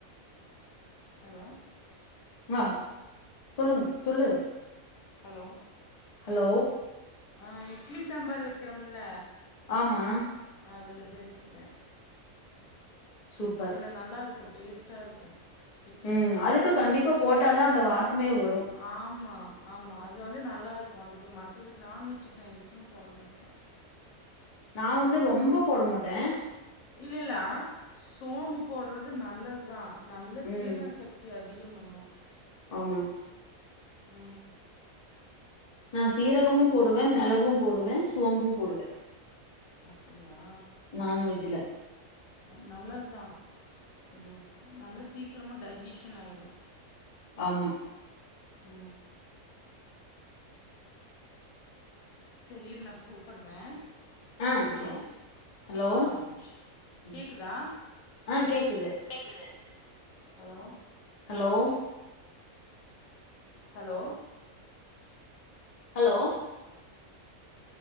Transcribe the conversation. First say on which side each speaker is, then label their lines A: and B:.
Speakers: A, on the left; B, on the left.
A: ஹலோ
B: ஆ சொல்லுங்க சொல்லு
A: ஹலோ
B: ஹலோ
A: ஆ இட்லி சாம்பார் வெக்கிறோம்முல
B: ஆமா
A: அதுல சேத்துக்கிவே
B: சூப்பர்
A: அதுல நல்லா இருக்கு டேஸ்ட்டா இருக்கு இட்லி
B: உ
A: சாம்பாருக்கு
B: அதுக்கு கண்டிப்பா போட்டா தா அந்த வாசமே வரு
A: ஆமா ஆமா அது நல்லாருக்கு அதுக்கு மத்ததுக்கு நான்வெஜ்க்கு நா எதுக்குமே போட மாட்டே
B: நா வந்து ரொம்ப போட மாட் தே
A: இல்ல இல்ல ஆனா சோம்பு போடுறது நல்லதுதா நல்ல
B: ம்
A: ஜீரண சக்திஅது அதயு பண்ணு
B: ஆமா
A: உ
B: நா சீரகமு போடுவே மிளகு போடுவே சோம்பு போடுவே
A: அப்டியா
B: நான்வெஜ்ல
A: நல்லது தா அது நல்லா சீக்கிரமா டைஜஷன் ஆயிரு
B: ஆமா
A: உ சரிர் நா கூப்பிட்றே
B: ஆ
A: ஹலோ
B: செரி ஹலோ
A: ஆ மிஷ
B: ம்
A: கேக்குதா
B: ஆ கேக்குது
A: கேக்குது ஹலோ
B: ஹலோ
A: ஹலோ
B: ஹலோ